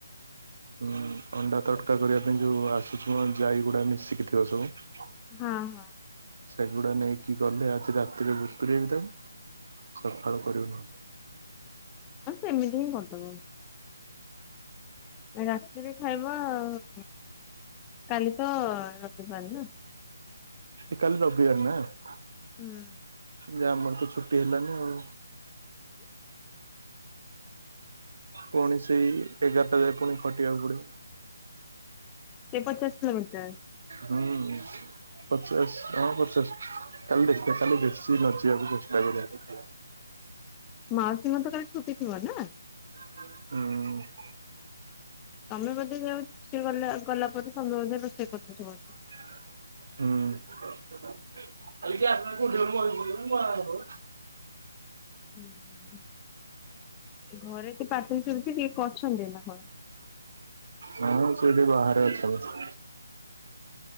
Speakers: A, on the right; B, on the left.
A: ହୁଁ ଅଣ୍ଡା ତଟକା କରିବା ପାଇଁ ଯୋଉ ଆସୁଛ ଯାଇଗୁଡ଼ା ମିଶିକି ଥିବ ସବୁ
B: ହଁ, ହଁ।
A: ସେଗୁଡା ନେଇକି ଗଲେ ଆଜି ରାତିରେ ବତୁରେଇ ବି ତାକୁ। ସକାଳେ କରିବୁନି।
B: ଆଁ ସେମିତି ହିଁ କରିଦବ। ରାତିରେ ଖାଇବ ଆଉ କାଲି ତ ରବିବାର ନା।
A: ହେ କାଲି ରବିବାର ନାଁ।
B: ହୁଁ।
A: ଯେ ଆମର ତ ଛୁଟି ହେଲାନି ଆଉ। ପୁଣି ସେଇ ଏଗାରଟା ଯାଏ ପୁଣି ଖଟିବାକୁ ପଡିବ।
B: ସେ ପଚାଶ କିିଲୋମିଟର
A: ହୁଁ ପଚାଶ, ହଁ ପଚାଶ। କାଲି ଦେଖିବା କାଲି ବେଶୀ ନ ଯିବାକୁ ଚେଷ୍ଟା କରିବା।
B: ମାଉସୀଙ୍କର ତ କଲି ଛୁଟି ଥିବ ନାଁ?
A: ହୁଁ।
B: ତମେ ବୋଧେ ଯାଉ ଗଲେ ଗଲା ପରେ ତମେ ବୋଧେ ରୋଷେଇ କରୁଥିବନା।
A: <unintelligible>
B: ହୁଁ ଘରେ ଟି ପାଟି ସୁବୁଛି କି କିଏ ଅଛନ୍ତି ନା କଣ?
A: ହଁ ସେଠି ବାହାରେ ଅଛନ୍ତି।